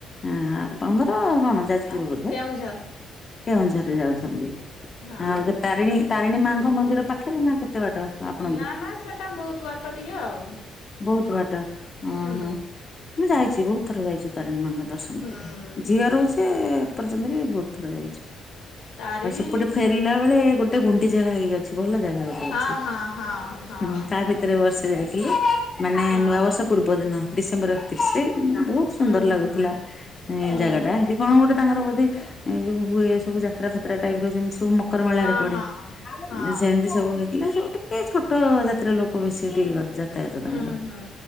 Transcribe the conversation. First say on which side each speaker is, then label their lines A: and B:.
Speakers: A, on the left (about 35°); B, on the left (about 85°).
A: ଆଁ-ଆଁ-ଆପଣଙ୍କର କଣ? ଯାଜପୁର
B: ଆ
A: ବୋଧେ
B: କେଉଁଝର।
A: କେଉଁଝରରେ ଯାଉଛନ୍ତି,
B: ହଁ।
A: ଆଉ <inaudible> ତାରିଣୀ-ତାରିଣୀ ମାଆଙ୍କ ମନ୍ଦିର ପାଖରେ ନା କେତେ ବାଟ? ଆପଣଙ୍କୁ?
B: ନା-ନା ସେଟା ବହୁତ ବାଟ ଟିକେ ଆଉ।
A: ବହୁତ ବାଟ, ଅଁ-ହଁ
B: ହୁଁ
A: ମୁଁ ଯାଇଛି ବହୁତ ଥର ଯାଇଛୁ ତାରିଣୀ ମାଆଙ୍କର ଦର୍ଶନ
B: ହୁଁ।
A: କରି, ଝିଅ ରହୁଛି ଏପର୍ଯ୍ୟନ୍ତ ବି ବହୁତ ଥର ଯାଇଛୁ।
B: ତାରିଣୀ
A: ଆଉ ସେପଟେ ଫେରିଲା ବେଳେ ଗୋଟ୍ ଗୋଟେ ଗୁଣ୍ଡିଚା ଘାଇ ଅଛି, ଭଲ ଜାଗା ଗୋଟେ
B: ହଁ
A: ଅଛି,
B: ହଁ ହଁ ହଁ
A: ହୁଁ ତା ଭିତରେ ବର୍ଷେ ଯାଇଥିଲୁ। ମାନେ
B: ହଁ।
A: ନୂଆବର୍ଷ ପୂର୍ବ ଦିନ ଡିସେମ୍ବର ଏକତିରିଶରେ ବହୁତ୍
B: ହୁଁ
A: ସୁନ୍ଦର ଲାଗୁଥିଲା
B: ହୁଁ
A: ଏଁ-ଏଁ
B: ହୁଁ
A: ଜାଗାଟା, ହେଠି କଣ ଗୋଟେ ତାଙ୍କର ବୋଧେ ଏଇ ଯୋଉ ହୁଏ ସବୁ ଯାତ୍ରା ଫାତ୍ରା ଟାଇପର ଯେମିତି ସବୁ ମ ମକର ମେଳାରେ
B: ହଁ
A: ପଡେ
B: ହଁ ହଁ
A: ସେମିତି ସବୁ ହେଇଥିଲା ସବୁ ଟିକ୍ କି ଛୋଟ-ଅ-ଅ ଜାତିର ଲୋକ ବେଶୀ ଟିକେ ଯାତାୟାତ ତାଙ୍କର,
B: ହୁଁ ହୁଁ।